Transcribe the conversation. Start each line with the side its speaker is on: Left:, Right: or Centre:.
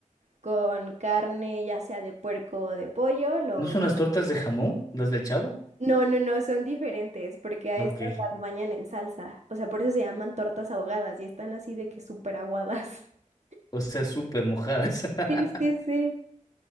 Right: con carne, ya sea de puerco o de pollo, lo
Left: ¿No son las tortas de jamón, las del Chavo?
Right: No, no, no, son diferentes, porque a
Left: Ok.
Right: estas las bañan en salsa. O sea, por eso se llaman tortas ahogadas y están así de que súper aguadas. <laughs>
Left: O sea, súper mojadas. <laughs>
Right: Sí, sí, sí,